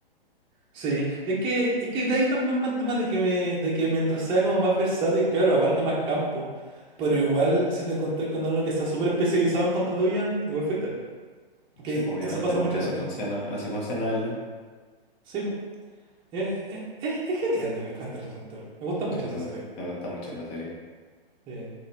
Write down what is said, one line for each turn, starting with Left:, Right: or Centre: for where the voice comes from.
Right: Sí, es que, es que de ahí también va el tema de que, me- de que mientras sea como más versátil, claro, abarca más campo, pero igual si te encontrás con algo que sea súper especializado en contra tuya, igual fuiste. Que
Left: Sí, pues obviamente,
Right: eso pasa
Left: porque
Right: mucho
Left: así
Right: también,
Left: funciona, así funciona el NEM.
Right: Sí, pues. Es, es- es genial, pues, Hunter x Hunter. Me gusta mucho
Left: Sí, me
Right: esa serie.
Left: gusta, me gusta mucho la serie.
Right: Sí.